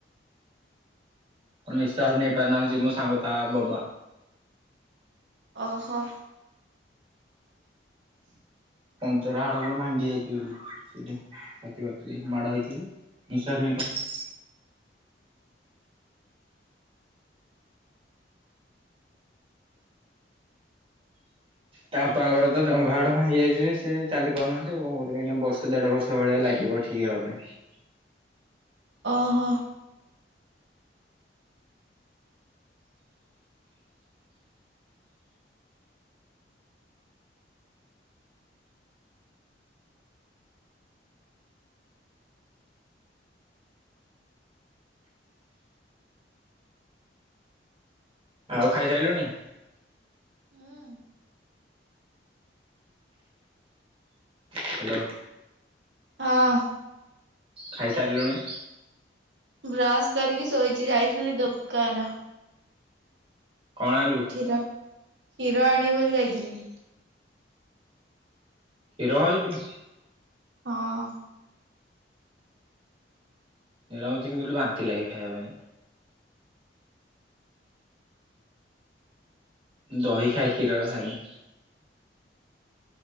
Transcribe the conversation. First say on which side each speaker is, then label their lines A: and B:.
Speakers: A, on the right; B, on the right.
A: ନିଶ୍ୱାସ ନେଇପାରନାହାଁନ୍ତି ମୋ ସାଙ୍ଗ ତା ବାବା।
B: ଓହୋ।
A: ପଞ୍ଜରା ହାଡ କଣ ଭାଙ୍ଗି ଯାଇଛି ବୋଲି ସେଠି। ଛାତି ବାତି ମାଡ ହେଇଛି ନିଶ୍ୱାସ ନେଇପାରୁ ନାହାନ୍ତି ତା ବାପାଙ୍କର ତ ଜଙ୍ଘ ହାଡ ଭାଙ୍ଗି ଯାଇଛି ଯେ ସେ ଚାଲି ପାରୁନାହାନ୍ତି ଆଉ କଣ କରିବା ଏଇନା ବର୍ଷେ ଦେଢ଼ ବର୍ଷ ଭଳିଆ ଲାଗିବ ଠିକ ହେବା ପାଇଁ।
B: ଓହୋ।
A: ଆଉ ଖାଇସାରିଲୁଣି?
B: ହୁଁ।
A: ହାଲୋ।
B: ହଁ।
A: ଖାଇ ସାରିଲୁଣି?
B: ବ୍ରଶ କରିକି ଶୋଇଛି ଯାଇଥିଲି ଦୋକାନ।
A: କଣ ଆଣିଲୁ?
B: କ୍ଷୀର କ୍ଷୀର ଆଣିବି ବୋଲି ଯାଇଥିଲି।
A: କ୍ଷୀର ଆଣିଛୁ।
B: ହଁ।
A: କ୍ଷୀର ମତେ କେମିତି କହିଲୁ ବାନ୍ତି ଲାଗେ ଖାଇବା ପାଇଁ। ଦହି ଖାଏ କ୍ଷୀର ଖାଏନି।